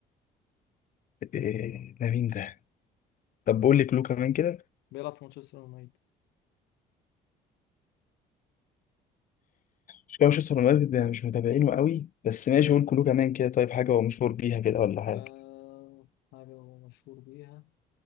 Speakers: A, on the left; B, on the left.
A: إيه ده مين ده طب بقول لك كلو كمان كده
B: بيلعب في مانشستر يونايتد
A: مش كده مانشستر يونايتد يعني مش متابعينه قوي بس ماشي قول كلو كمان كده طيب حاجه هو مشهور بيها كده ولا حاجه
B: آه حاجة هو مشهور بيها